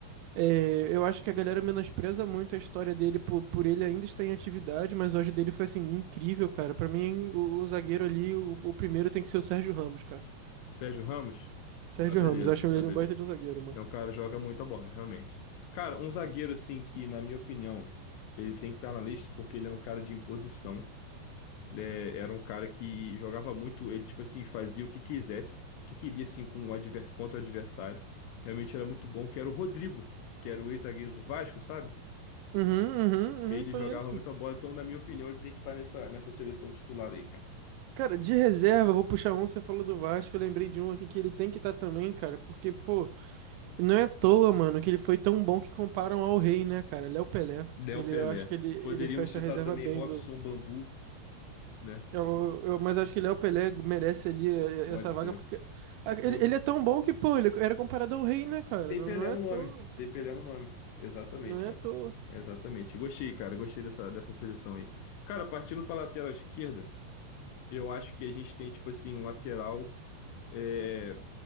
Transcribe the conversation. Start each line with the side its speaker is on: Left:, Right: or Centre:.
Right: É, eu acho que a galera menospreza muito a história dele por, por ele ainda estar em atividade, mas o auge dele foi assim, incrível, cara. Pra mim, o, o zagueiro ali, o, o primeiro tem que ser o Sérgio Ramos, cara.
Left: Sérgio Ramos?
Right: Sérgio
Left: Tá beleza,
Right: Ramos, eu acho
Left: tá
Right: ele
Left: beleza.
Right: um baita de um zagueiro, mano.
Left: É um cara que joga muita bola, realmente. Cara, um zagueiro assim que, na minha opinião, ele tem que estar na lista porque ele era um cara de imposição. né? era um cara que jogava muito, ele tipo assim, fazia o que quisesse, o que queria assim com o advers contra o adversário. Realmente era muito bom, que era o Rodrigo, que era o ex-zagueiro do Vasco, sabe?
Right: Uhum, uhum,
Left: Ele
Right: uhum, conheço.
Left: jogava muita bola, então na minha opinião, ele tem que estar nessa nessa seleção titular aí, cara.
Right: Cara, de reserva, vou puxar um, você falou do Vasco, eu lembrei de um aqui que ele tem que estar também, cara, porque, pô, não é à toa, mano, que ele foi tão bom que comparam ao rei, né, cara? Léo Pelé.
Left: Léo
Right: Ele,
Left: Pelé.
Right: eu acho que ele, ele
Left: Poderíamos
Right: fecha
Left: citar
Right: a reserva
Left: também
Right: bem
Left: Robson Bambu, né?
Right: Eu, eu- mas acho que Léo Pelé merece ali eh,
Left: Pode
Right: eh, essa
Left: ser.
Right: vaga, porque ah,
Left: O
Right: ele,
Left: nome
Right: ele é tão bom que, pô, ele era comparado ao rei, né, cara?
Left: tem
Right: Não,
Left: Pelé
Right: não é
Left: no
Right: à toa,
Left: nome. Tem Pelé no nome. Exatamente,
Right: não é
Left: cara.
Right: à toa.
Left: Exatamente. Gostei, cara. Gostei dessa, dessa seleção aí. Cara, partindo para lateral esquerda, eu acho que a gente tem, tipo assim, um lateral é,